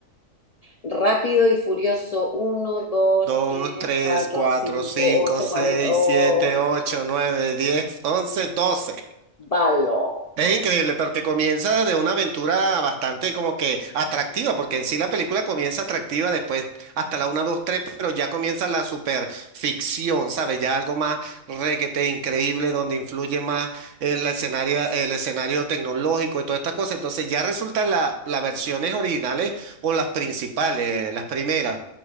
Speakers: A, on the left; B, on the right.
A: Rápido y Furioso, uno, 2,
B: <laughs> Dos,
A: 3,
B: tres,
A: 4,
B: cuatro,
A: 5,
B: cinco,
A: 8,
B: seis,
A: 40, oh,
B: siete, ocho, nueve, diez, once, doce.
A: balo.
B: Es increíble, porque comienza de una aventura bastante como que atractiva, porque en sí la película comienza atractiva, después hasta la una, 2, 3, pero ya comienza la superficción, ¿sabes? Ya algo más requete increíble, donde influye más el escenario, el escenario tecnológico y todas estas cosas. Entonces ya resultan la- las versiones originales o las principales, las primeras,